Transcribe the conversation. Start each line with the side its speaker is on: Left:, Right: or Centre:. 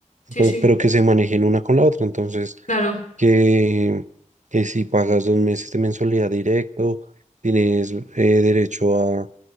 Right: entonces,
Left: Sí, sí,
Right: pero que se manejen una con la otra. Entonces,
Left: claro.
Right: que, que si pagas dos meses de mensualidad directo, tienes eh, derecho a,